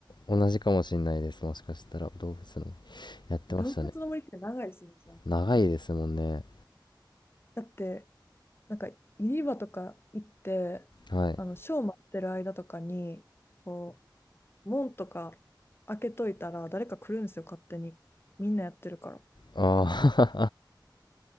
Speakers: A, on the left; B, on the left.
A: 同じかもしんないです。もしかしたら動物のやってましたね。
B: 動物の森って長いですね、じゃあ。
A: 長いですもんね。
B: だって、なんか、ユニバとか行って、
A: はい。
B: あの、ショー待ってる間とかに、こう、門とか開けといたら、誰か来るんですよ、勝手に。みんなやってるから。
A: ああ、